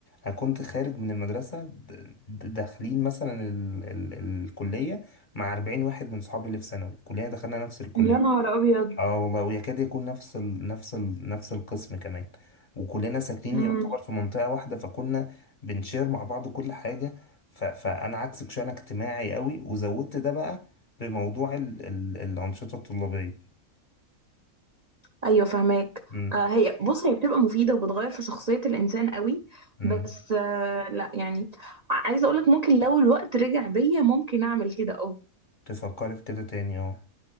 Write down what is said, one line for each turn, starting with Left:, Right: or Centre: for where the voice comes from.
Left: انا كنت خارج من المدرسه د- د- داخلين مثلا ال ال الكليه مع 40 واحد من صحابي اللي في ثانوي الكليه دخلنا نفس الكليه
Right: يا نهار ابيض
Left: اه والله ويكاد يكون نفس ال... نفس ال... نفس القسم كمان وكلنا ساكنين
Right: امم
Left: يعتبر في منطقة واحدة فكنا بنشير مع بعض كل حاجة ف... فأنا عكسك شوية أنا اجتماعي قوي وزودت ده بقى بموضوع ال... ال... الأنشطة الطلابية
Right: ايوه فهماك
Left: امم
Right: آه هي بص هي بتبقى مفيده وبتغير في شخصيه الانسان قوي
Left: امم
Right: بس آه لا يعني عايزه اقول لك ممكن لو الوقت رجع بيا ممكن اعمل كده اه
Left: تفكري في كده تاني اه